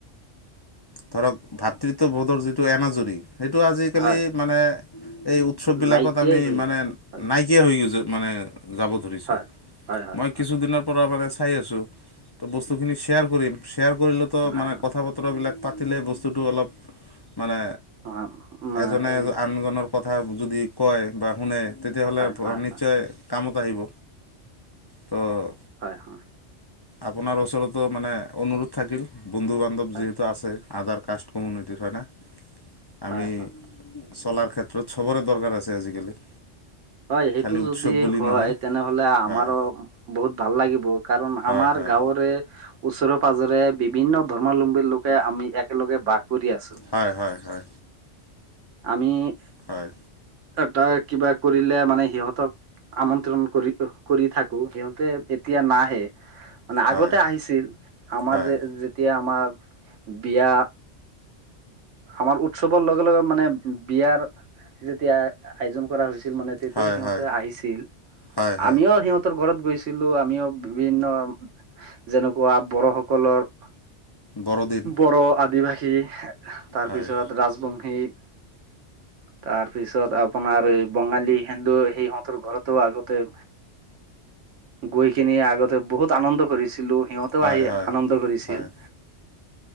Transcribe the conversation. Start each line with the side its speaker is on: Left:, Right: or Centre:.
Left: ধৰক ভাতৃত্ববোধৰ যিটো এনাজৰি সেইটো আজিকালি
Right: হয়
Left: মানে এই- উৎসৱবিলাকত
Right: নাইকিয়াই
Left: আমি
Right: হৈ
Left: মানে
Right: গৈছে হয়
Left: নাই- কীয়া হৈ গৈছে যে মানে যাব ধৰিছে,
Right: হয় হয় হয়
Left: মই
Right: হয়
Left: কিছুদিনৰ পৰা মানে চাই আছোঁ। ত' বস্তুখিনি শ্বেয়াৰ কৰিম, শ্বেয়াৰ কৰিলেতো
Right: হয়
Left: মানে
Right: হয়
Left: কথা-বতৰাবিলাক- পাতিলে বস্তুটো অলপ মানে
Right: হয় মানে
Left: এজনে-আনজনৰ-
Right: এই
Left: কথা যদি কয় বা শুনে তেতিয়াহ'লে
Right: হয়
Left: অ',
Right: হয়
Left: নিশ্চয়-
Right: হয়
Left: কামত আহিব। ত'-
Right: হয়-হয়।
Left: আপোনাৰ ওচৰতো মানে অনুৰোধ থাকিল বন্ধু-বান্ধৱ
Right: হয়
Left: যিহেতু আছে। আগৰ কাষ্ট কমিউনিটি হয় নে।
Right: হয়
Left: আমি-
Right: হয়
Left: চলাৰ ক্ষেত্ৰত চবৰে দৰকাৰ আছে আজিকালি।
Right: হয়, সেইটো
Left: খালি উৎসৱ
Right: যদি
Left: বুলি
Right: হয়
Left: নহয়
Right: তেনেহ'লে আমাৰো-
Left: হয়
Right: বহুত ভাল লাগিব, কাৰণ
Left: হয়
Right: আমাৰ
Left: হয়
Right: গাঁৱৰে- ওচৰে-পাজৰে বিভিন্ন ধৰ্মাৱলম্বীৰ লোকে আমি একেলগে বাস কৰি আছো।
Left: হয়-হয়-হয়।
Right: আমি-
Left: হয়।
Right: এটা কিবা কৰিলে মানে সিহঁতক আমন্ত্ৰণ কৰি- কৰি থাকো সিহঁতে তেতিয়া নাহে। মানে আগতে
Left: হয়
Right: আহিছিল, আমাৰ
Left: হয়
Right: যে- তিয়া আমাৰ বিয়া, আমাৰ উৎসৱৰ লগে-লগে- মানে বিয়াৰ যেতিয়া আয়োজন কৰা হৈছিল মানে- তেতিয়া
Left: হয়
Right: সিহঁতে
Left: হয়
Right: আহিছিল।
Left: হয় হয়
Right: আমিও সিহঁতে- সিহঁতৰ ঘৰত গৈছিলো, আমিও বিভিন্ন যেনেকুৱা বড়োসকলৰ
Left: বৰদিন
Right: বড়ো, আদিবাসী তাৰপিছত
Left: হয়
Right: ৰাজবংশী- তাৰপিছত আপোনাৰ বঙালী, হিন্দু সিহঁতৰ ঘৰতো আগতে গৈ কিনে আগতে বহুত আনন্দ কৰিছিলোঁ সিহঁতেও
Left: হয়
Right: আহি
Left: হয়
Right: আনন্দ কৰিছিল।
Left: হয়